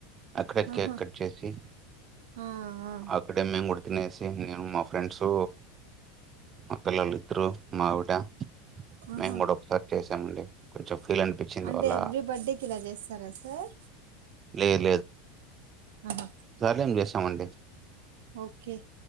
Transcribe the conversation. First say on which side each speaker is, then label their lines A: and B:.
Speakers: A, on the right; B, on the right.
A: అక్కడ
B: ఆహా
A: కేక్ కట్ చేసి
B: ఆ ఆ
A: అక్కడే మేము కూడ తినేసి నేను మా ఫ్రెండ్స్ మక్కలలు ఇద్దరు మా ఆవిడ
B: ఆహా
A: మేము కూడా ఒకసారి చేసామండి కొంచెం ఫీల్ అనిపించింది
B: అంటే
A: వల్ల
B: ఎవ్రీ బర్త్డేకి ఇలా చేస్తారా సార్
A: లేదు
B: ఆహా
A: లేం చేస్తామండి
B: ఓకే